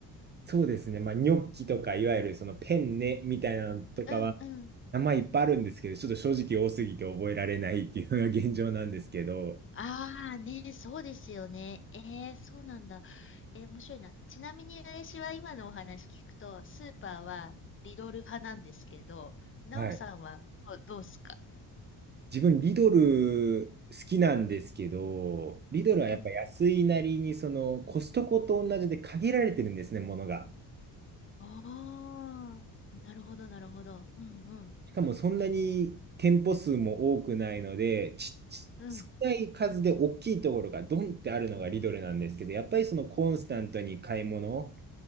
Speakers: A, on the right (about 30°); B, on the left (about 35°).
A: そうですね。まあニョッキとかいわゆるそのペンネみたいなのとかは
B: うんうん。
A: 名前いっぱいあるんですけど、ちょっと正直多すぎて覚えられないっていうのが現状なんですけど、
B: ああね、そうですよね。えー、そうなんだ。えー、面白いな。ちなみに私は今のお話聞くと、スーパーはリドル派なんですけど、ナオさんはどうどうっすか
A: はい。自分、リドル好きなんですけど、リドルはやっぱ安いなりに、
B: うん。
A: そのコストコと同じで限られてるんですね、ものが。
B: ああ、なるほど、なるほど。うんうん。
A: しかもそんなに店舗数も多くないので、ち、ち少ない数で大きいところがドンってあるのがリドルなんですけど、
B: うん。
A: やっぱりそのコンスタントに買い物